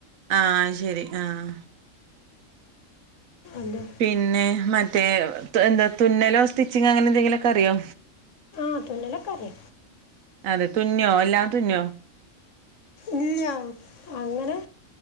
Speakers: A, on the right; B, on the left.
A: ആഹ് ശരി ആഹ്
B: അത്
A: പിന്നെ മറ്റേ എന്താ തുന്നലോ സ്റ്റിച്ചിങ്ങോ അങ്ങനെ എന്തെങ്കിലൊക്കെ അറിയോ
B: ആഹ് തുന്നിലക്കാര്യ
A: അതെ തുന്നോ എല്ലാം തുന്നോ
B: ഇല്ല അങ്ങനെ